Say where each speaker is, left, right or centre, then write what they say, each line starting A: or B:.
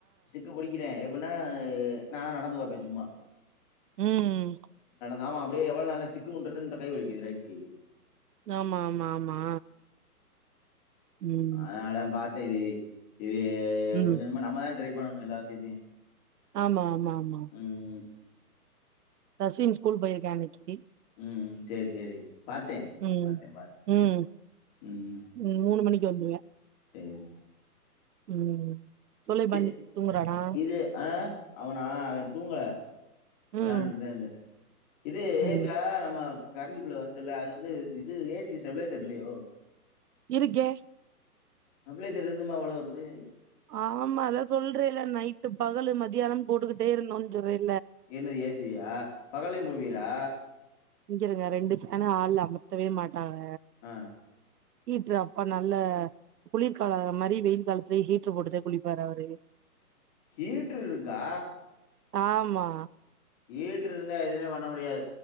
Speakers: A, on the left; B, on the right.
A: ஸ்டிக்கு புடிக்குறே எப்டின்னா நானா நடந்து பாப்பே சும்மா
B: உம்
A: நாம அப்டியே எவ்வளோ நாளு தா ஸ்டிக் ஊன்றது கை வலிக்குது நைட்டு
B: ஆமா ஆமா ஆமா ம்
A: அதனாலதா பாத் சரி இது
B: ம்
A: கொஞ்ச கொஞ்சமா நம்மதா ட்ரை பண்ணனு எல்லா விஷயத்தையு
B: ஆமா ஆமா ஆமா
A: ம்
B: தஸ்வின் ஸ்கூல் போயிருக்கா இன்னைக்கி
A: ம் சேரி சேரி பாத்தே
B: உம்
A: பாத்தே பாத்தே
B: உம்
A: ம்
B: உம் மூனு மணிக்கு இங்க வந்துருவியா
A: சேரி சேரி
B: உம் தொல்லை
A: சே
B: பண்ணி தூங்குறனா
A: இது ஆ அவனா அவ தூங்கல விளாண்டுட்டு
B: ம்.
A: தா இருந்தே இது
B: ம்.
A: இப்ப நம்ம கரண்ட்டு பில் வந்துச்சுல அது வந்து இது ஏசிக்கு ஸ்டெபிளேசர் இல்லையோ
B: இருக்கே
A: ஸ்டெப்ளேசர் இருந்துமா அவ்வள வருது
B: ஆமா அதா சொல்றேல்ல நைட்டு பகலு மதியான போட்டுக்கிட்டே இருந்தோனு சொல்ற
A: என்னது ஏசியா பகல்லயு போடுவீங்ளா
B: இங்கிருங்க ரெண்டு ஃபேன ஹாள்ல அமத்தவே மாட்டே ட்டாங்க
A: ஆ
B: ஹீட்ரு அப்பா நல்ல குளிர்கால மாதிரி வெயில் காலத்துலயே ஹீட்ரு போட்டுதா குளிப்பாரு அவரு
A: ஹீட்ரு இருக்கா
B: ஆமா
A: ஈட்று இருந்தா எதுவுமே பண்ண முடியாது